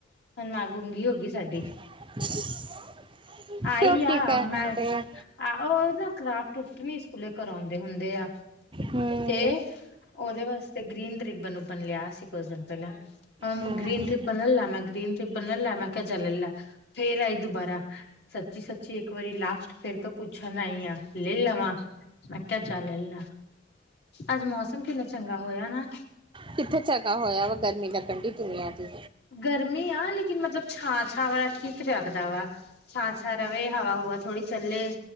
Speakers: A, on the left; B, on the right.
A: ਹੁਣ ਮਾਂ ਗੂੰਗੀ ਹੋ ਗਈ ਸਾਡੀ
B: <inaudible>
A: <unintelligible> ਆਹ
B: ਕਿਉਂ ਕੀ ਕਹਿੰਦੇ
A: ਉਹ
B: ਆ
A: ਨਾ ਕਰਾਫਟ- ਕਰੂਫਟ ਵੀ ਸਕੂਲੇ ਕਰਾਉਂਦੇ ਹੁੰਦੇ ਆ।
B: ਹੂੰ
A: ਤੇ ਉਹਦੇ ਵਾਸਤੇ ਗ੍ਰੀਨ ਰਿੱਬਨ- ਉਬਣ ਲਿਆ ਸੀ, ਕੁੱਝ ਦਿਨ ਪਹਿਲਾਂ ਅਹ
B: ਹੂੰ
A: ਗ੍ਰੀਨ ਰੀਬਨ ਲੈਲਾ, ਮੈ ਗ੍ਰੀਨ ਰੀਬਨ ਲੈਲਾ, ਮੈਂ ਕਿਹਾ ਜਾ ਲੈਲਾ, ਫੇਰ ਆਈ ਦੁਬਾਰਾ ਸੱਚੀ- ਸੱਚੀ ਇੱਕ ਵਾਰੀ ਲਾਸਟ ਫੇਰ ਤੋਂ ਪੁੱਛਣ ਆਈ ਆਂ, ਲੈ ਲਵਾਂ। ਮੈਂ ਕਿਹਾ ਜਾ ਲੈਲਾ, ਅੱਜ ਮੌਸਮ ਕਿੰਨਾ ਚੰਗਾ ਹੋਇਆ ਨਾ।
B: ਕਿੱਥੇ ਚੰਗਾ ਹੋਇਆ ਵਾ, ਗਰਮੀ ਲੱਗਣ ਦੀ ਦੁਨੀਆਂ ਦੀ
A: ਗਰਮੀ ਆ, ਲੇਕਿਨ ਮਤਲਬ ਛਾਂ -ਛਾਂ ਵਾਲਾ ਠੀਕ ਲਗਦਾ ਵਾ। ਛਾਂ- ਛਾ ਰਵੇ ਹਵਾ -ਹੁਵਾ ਥੋੜੀ ਚੱਲੇ।